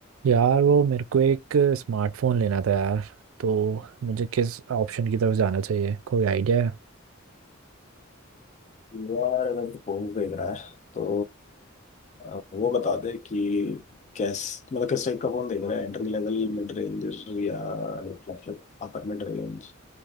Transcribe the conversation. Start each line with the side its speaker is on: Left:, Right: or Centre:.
Right: यार वो मेरे को एक स्मार्टफोन लेना था यार तो मुझे किस ऑप्शन की तरफ जाना चाहिए कोई आइडिया है
Left: यार अगर तो पोल देख रहा है तो अ, वो बता दे कि कैस मतलब किस टाइप का फोन देख रहा है एंट्री लेवल मिड रेंज या flagship upper mid range